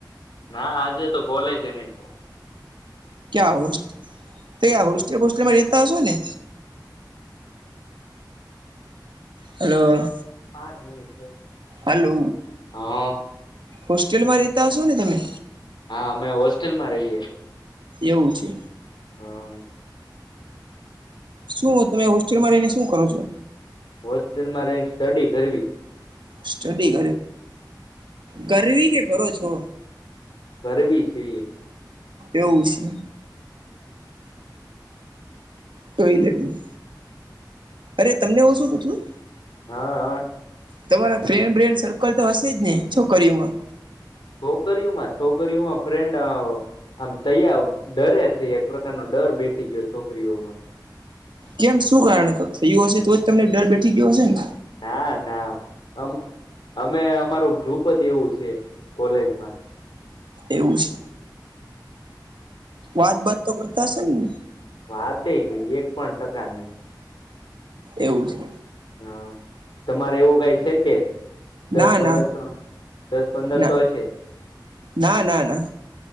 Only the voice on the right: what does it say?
ક્યાં હોસ્તેલ તો હોસ્ટેલ બસ્ટેલમાં રેતા હશો ને? હલો
હલો
હોસ્ટેલમાં રહેતા હશો ને તમે?
એવું છે.
શું તમે હોસ્ટેલમાં રહીને શું કરો છો
સ્ટડી કરવી કે કરો છો
એવું છે ટોલેટમાં અરે તમને હું શું પૂછું
તમારા ફ્રેન્ડ બ્રેન્ડ સર્કલ તો હશે જ ને છોકરીમાં
કેમ શું કારણે કક થયું હશે તો જ તમને ડર બેઠી ગયો હશે ને
એવું છે વાત બાત તો કરતા હશે ને?
એવું છે.
ના
ના
ના
ના ના ના